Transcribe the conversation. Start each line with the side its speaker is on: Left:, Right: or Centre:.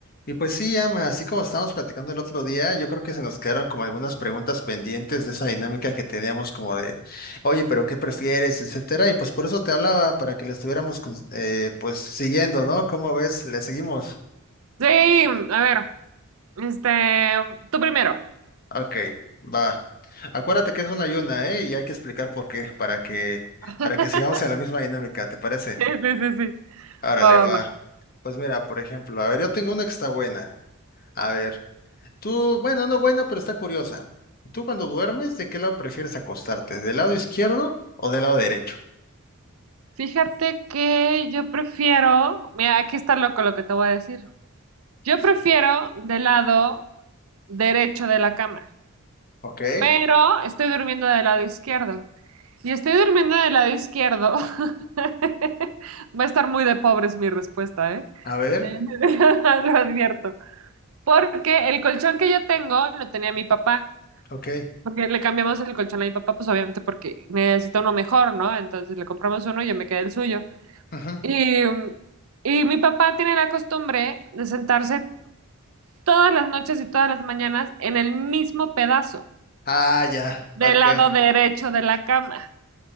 Left: Y pues sí, Ama, así como estábamos platicando el otro día, yo creo que se nos quedaron como algunas preguntas pendientes de esa dinámica que teníamos como de, oye, pero ¿qué prefieres? etcétera. Y pues por eso te hablaba, para que la estuviéramos cons- eh, pues siguiendo, ¿no? ¿Cómo ves? ¿Le seguimos?
Right: Sí, a ver, este, tú primero.
Left: Ok, va. Acuérdate que es una ayuna, ¿eh? Y hay que explicar por qué, para que,
Right: <laughs>
Left: para que sigamos en la misma dinámica, ¿te parece?
Right: Sí, sí, sí, sí.
Left: Árale,
Right: Va, va,
Left: va.
Right: va.
Left: Pues mira, por ejemplo, a ver, yo tengo una que está buena. A ver. Tú, bueno, no buena, pero está curiosa. ¿Tú cuando duermes, de qué lado prefieres acostarte? ¿Del lado izquierdo o del lado derecho?
Right: Fíjate que yo prefiero, mira, aquí está loco lo que te voy a decir. Yo prefiero del lado derecho de la cama,
Left: Ok,
Right: pero estoy durmiendo del lado izquierdo. Y estoy durmiendo del lado izquierdo. <laughs> Va a estar muy de pobres mi respuesta, ¿eh?
Left: a
Right: <laughs>
Left: ver,
Right: Lo advierto. Porque el colchón que yo tengo lo tenía mi papá.
Left: ok.
Right: Porque le cambiamos el colchón a mi papá, pues obviamente porque necesita uno mejor, ¿no? Entonces le compramos uno y yo me quedé el suyo.
Left: ujú.
Right: Y, y mi papá tiene la costumbre de sentarse todas las noches y todas las mañanas en el mismo pedazo,
Left: Ah, ya,
Right: del
Left: ok.
Right: lado
Left: <laughs>
Right: derecho de la cama.